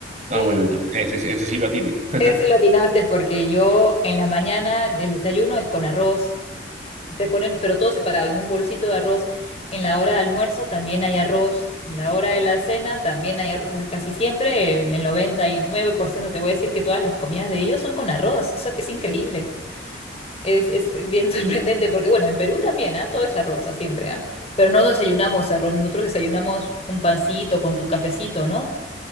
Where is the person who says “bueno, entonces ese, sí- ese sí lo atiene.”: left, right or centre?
Right